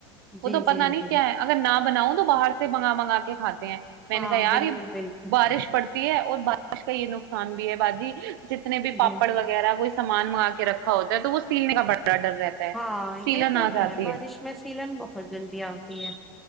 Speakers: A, on the right (about 60°); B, in the centre.
A: وہ
B: جی
A: تو پتا
B: جی
A: نہیں
B: جی
A: کیا ہے اگر نہ بناؤں تو باہر سے منگا منگا کے کھاتے ہیں میں
B: ہاں
A: نے کہا یار
B: بالکل
A: یہ
B: بالکل
A: بارش پڑتی ہے اور بارش کا یہ نقصان بھی ہے باجی جتنے بھی پاپڑ
B: جی
A: وغیرہ وہ سامان منگا کے رکھا ہوتا ہے تو وہ سیلنے کا بڑا ڈر رہتا ہے
B: ہاں
A: سیلن
B: یہ تو
A: آ جاتی
B: ہے بارش میں سیلن بہت جلدی آتی ہے